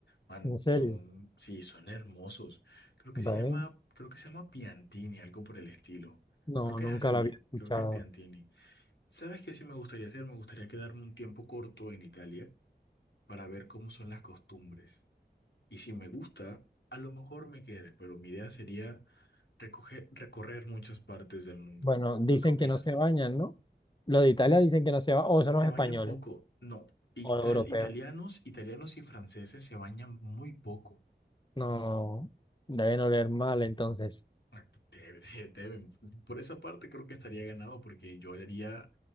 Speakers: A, on the left; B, on the left.
A: Man,
B: ¿En serio?
A: son, sí, son hermosos. Creo que
B: Ve,
A: se llama, creo que se llama Piantini, algo por el estilo.
B: No,
A: Creo que
B: nunca
A: es así,
B: la había escuchado.
A: creo que es Piantini. ¿Sabes qué sí me gustaría hacer? Me gustaría quedarme un tiempo corto en Italia para ver cómo son las costumbres. Y si me gusta, a lo mejor me quede, pero mi idea sería recoger- recorrer muchas partes del mundo.
B: Bueno, dicen
A: ¿Tú qué opinas?
B: que no se bañan, ¿no? Los de Italia dicen que no se bañan, o son
A: ¿Se
B: los españoles,
A: bañan poco? No. Ital-
B: o los europeos.
A: italianos, italianos y franceses se bañan muy poco.
B: No, deben oler mal entonces.
A: Ah, Debe- de- de- Deben. Por esa parte creo que estaría ganado porque yo le haría